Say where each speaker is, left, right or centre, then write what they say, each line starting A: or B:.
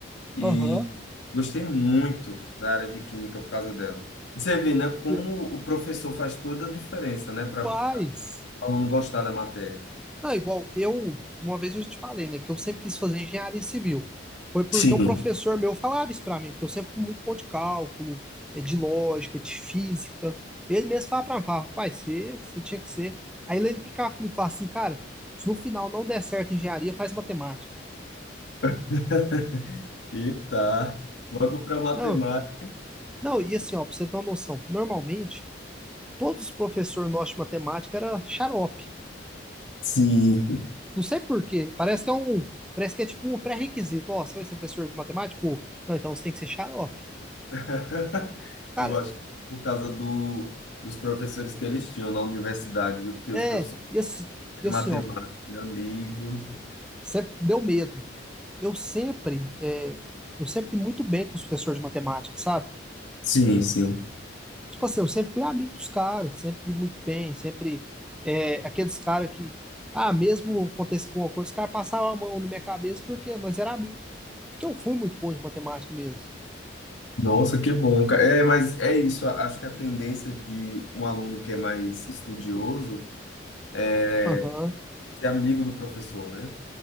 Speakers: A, on the left (about 80°); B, in the centre.
A: e
B: aham.
A: Gostei muito da área de química por causa dela. E você vê, né, como
B: sei.
A: o professor faz toda a diferença, né, para
B: Paz.
A: o aluno gostar da matéria.
B: Não, igual eu, uma vez eu te falei, né, que eu sempre quis fazer engenharia civil. Foi porque
A: Sim,
B: um professor meu falava isso pra mim, porque eu sempre fui muito bom de cálculo, é, de lógica, de física. Ele mesmo falava pra mim, falava, pai, você, você tinha que ser. Aí ele brincava comigo, falava assim, cara, se no final não der certo engenharia, faz matemática.
A: <laughs> E tá, logo para matemática,
B: Não, não, e assim, ó, pra você ter uma noção, normalmente, todos os professores nossos de matemática era xarope.
A: sim.
B: Não sei por quê, parece que é um, parece que é tipo um pré-requisito, ó, você vai ser professor de matemática? Pô, não, então você tem que ser xarope.
A: <laughs>
B: Cara,
A: eu acho, que por causa do, dos professores que eles tinham na universidade, viu? Porque
B: é,
A: os professores
B: e assim, e
A: de
B: assim,
A: matemática,
B: ó,
A: meu amigo.
B: sempre deu medo. Eu sempre, é, eu sempre dei muito bem com os professores de matemática, sabe?
A: Sim, sim.
B: Tipo assim, eu sempre fui amigo dos caras, sempre dei muito bem, sempre, é, aqueles caras que, ah, mesmo acontece com uma coisa, os caras passavam a mão na minha cabeça porque nós era amigos. Porque eu fui muito bom de matemática mesmo.
A: Nossa, que bom, cara. É, mas é isso. a- Acho que a tendência de um aluno que é mais estudioso é,
B: Aham.
A: Ser amigo do professor, né?